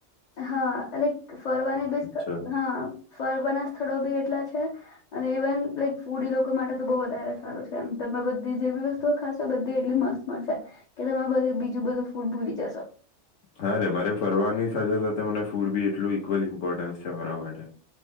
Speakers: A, on the left; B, on the left.
A: હા. એટલે ફરવાની બીસ
B: છે
A: હા. ફરવાના સ્થળો બી એટલા છે અને ઇવન લાઈક ફૂડ લોકો માટે તો બહ વધારે સારું છે એમ તમે બધી જે બી વસ્તુઓ ખાશો બધી એટલી મસ્ત મળશે કે તમે બધ બીજું બધું ફૂડ ભૂલી જશો.
B: હા રે મારે ફરવાની સાથે સાથે મને ફૂડ બી એટલું ઈક્વલ ઇમ્પોર્ટન્સ છે અરા માટે.